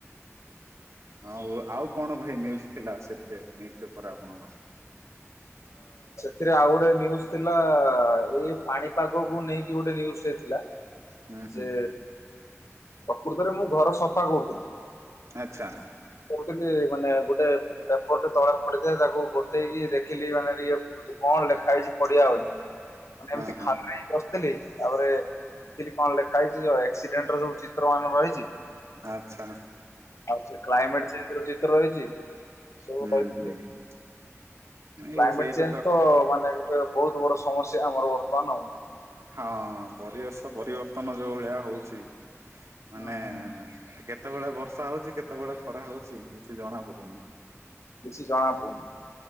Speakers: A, on the right (about 65°); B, on the left (about 70°).
A: ଆଉ ଆଉ କଣ ଭାଇ ନିୟୁଜୁ ଥିଲା, ସେଥିରେ ନିୟୁଜୁ ପେପର ଆପଣଙ୍କର
B: ଏଥିରେ ଆଉ ଗୋଟେ ନିୟୁଜୁ ଥିଲା, ଏଇ ପାଣିପାଗକୁ ନେଇକି ଗୋଟେ ନିୟୁଜୁ ଟେ ଥିଲା।
A: ହୁଁ ହୁଁ
B: ଯେ ପ୍ରକୃତରେ ମୁଁ ଘର ସଫା କରୁଥିଲି।
A: ଆଚ୍ଛା।
B: <unintelligible> ମାନେ ଗୋଟେ ପେପର ଟେ ତଳେ ପଡିଥିଲା ତାକୁ ଗୋଟେଇକି ଦେଖ ଦେଖିଲି ମାନେଇଏ କଣ ଲେଖା ହେଇଛି ପଢିଆ ଆଉ। ମାନେ
A: ହଁ
B: ଏମିତି
A: ହଁ
B: ଖାଲି ବସିଥିଲି ତାପରେ, ଦେଖିଲି କଣ ଲେଖା ହେଇଛି ଏକ୍ସିଡେଣ୍ଟ ର ଯୋଉ ଚିତ୍ର କଣ ରହିଛି?
A: ଆଛା।
B: ଆଉ ସେ କ୍ଲାଇମେଟ ଚେ ଚିତ୍ର ହେଇଛି <unintelligible>
A: ହୁଁ ହୁଁ ହୁଁ। ଏ
B: କ୍ଲାଇମେଟ
A: ସେଇଟା
B: ଚେଞ୍ଜ ତ ମାନେ ଗୋଟେ ବହୁତ ବଡ ସମସ୍ୟା ଆମର ବର୍ତ୍ତମାନ ଆଉ।
A: ହଁ, ପରିବେଶ ପରିବର୍ତ୍ତନ ଯୋଉ ଭଳିଆ ହଉଛି। ମାନେ
B: ହୁଁ ହୁଁ
A: କେ କେତେବେଳେ ବର୍ଷା ହଉଛି, କେତେବେଳେ ଖରା ହଉଛି, କିଛି ଜଣା ପଡୁନି।
B: କିଛି ଜଣାପଡୁନି।